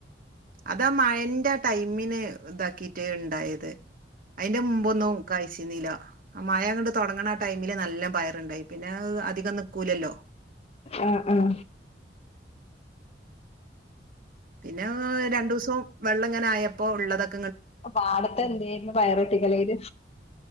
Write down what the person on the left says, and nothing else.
ആഹ് ആഹ
പാടത്തെ എന്തായിന്നു പയറൊട്ടിക്കളിയില്